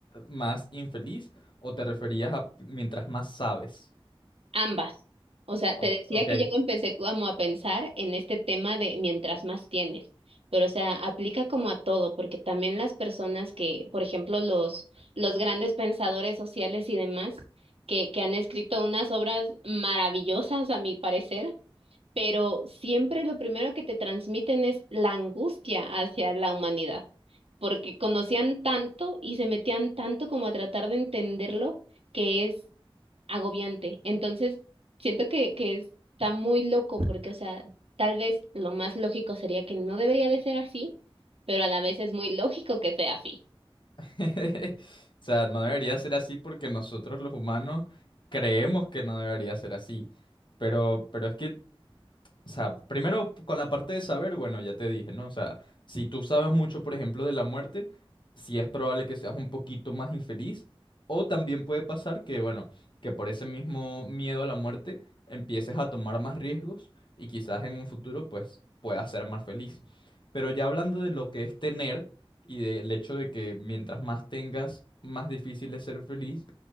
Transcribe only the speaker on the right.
Ambas. O sea,
te decía
que yo empecé como a pensar en este tema de mientras más tienes, pero o sea, aplica como a todo, porque también las personas que, por ejemplo, los, los grandes pensadores sociales y demás, que, que han escrito unas obras maravillosas, a mi parecer, pero siempre lo primero que te transmiten es la angustia hacia la humanidad, porque conocían tanto y se metían tanto como a tratar de entenderlo, que es agobiante. Entonces, siento que, que está muy loco porque, o sea, tal vez lo más lógico sería que no debería de ser así, pero a la vez es muy lógico que sea así.